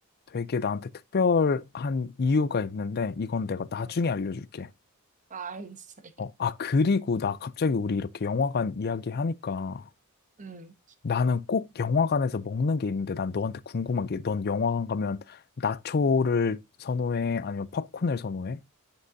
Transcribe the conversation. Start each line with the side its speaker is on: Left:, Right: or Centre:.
Left: 되게 나한테 특별한 이유가 있는데, 이건 내가 나중에
Right: 응.
Left: 알려줄게.
Right: 아, 알겠어.
Left: 어, 아, 그리고 나 갑자기 우리 이렇게 영화관 이야기 하니까
Right: 음,
Left: 나는 꼭 영화관에서 먹는 게 있는데, 난 너한테 궁금한 게, 넌 영화관 가면 나초를 선호해? 아니면 popcorn을 선호해?